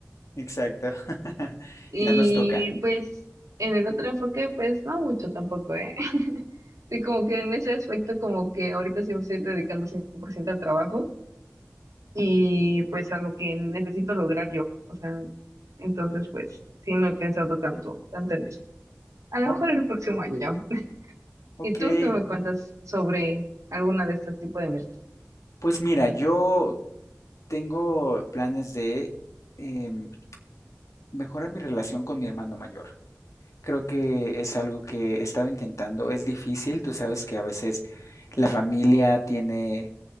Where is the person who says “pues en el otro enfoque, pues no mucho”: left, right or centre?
Right